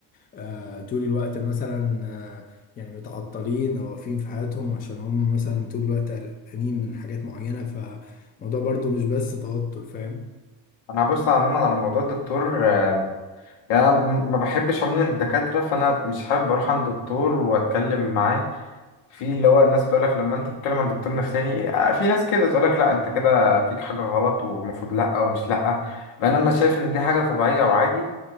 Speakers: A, on the left; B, on the left.
A: آه طول الوقت مثلا آه يعني متعطلين او واقفين في حياتهم عشان هم مثلا طول الوقت قلقانين من حاجات معينة فالموضوع برضو مش بس توتر فاهم؟
B: انا هبص عموما على موضوع الدكتور آم، يعني انا م- ما بحبش عموما الدكاتره فانا مش حابب اروح عند دكتور واتكلم معاه في اللي هو الناس تقول لك لما انت بتتكلم عن دكتور نفساني آه، في ناس كده تقول لك لا انت كده فيك حاجه غلط والمفروض لا ومش لا بان انا شايف ان دي حاجه طبيعيه وعادي